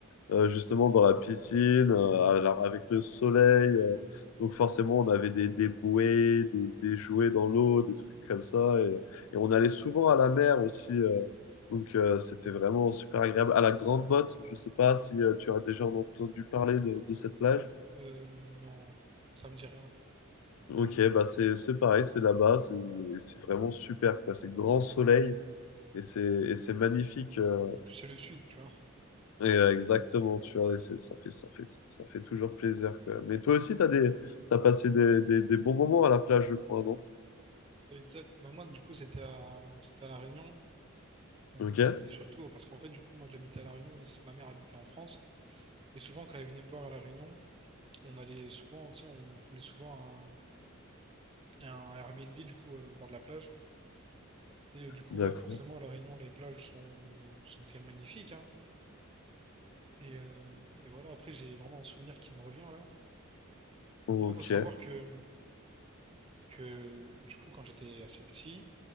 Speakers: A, on the left; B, on the right.
A: euh, justement dans la piscine, euh, à la- avec le soleil. euh. donc forcément, on avait des, des bouées, des, des jouets dans l'eau, des trucs comme ça. Et, et on allait souvent à la mer aussi. euh. donc euh, c'était vraiment super agréable. À la Grande Motte, je sais pas si euh, tu as déjà entendu parler de, de cette plage.
B: Euh, non, ça me dit rien.
A: Ok,
B: J'ai rien du tout.
A: bah c'est c'est pareil, c'est là-bas, c'est c'est vraiment super, quoi. C'est grand soleil et c'est et c'est magnifique. euh.
B: En plus, c'est le sud, tu vois.
A: Et, euh, exactement, tu vois, et c'est- ça fait, ça fait, ça, ça fait toujours plaisir quand même. Mais toi aussi, t'as des, t'as passé des, des, des bons moments à la plage, je crois, non?
B: Exact. Bah, moi, du coup, c'était à, c'était à La Réunion. Euh,
A: Ok,
B: moi, c'était surtout parce qu'en fait, du coup, moi, j'habitais à La Réunion. il- Ma mère habitait en France. Et souvent, quand elle venait me voir à La Réunion, on allait souvent, tu sais, on prenait souvent un, un Airbnb, du coup, euh, au bord de la plage. Et euh, du coup,
A: d'accord.
B: ouais, forcément, à La Réunion, les plages sont, sont quand même magnifiques, hein. Et, euh, et voilà, après, j'ai vraiment un souvenir qui me revient, là.
A: Ok.
B: Moi, faut savoir que que du coup, quand j'étais assez petit,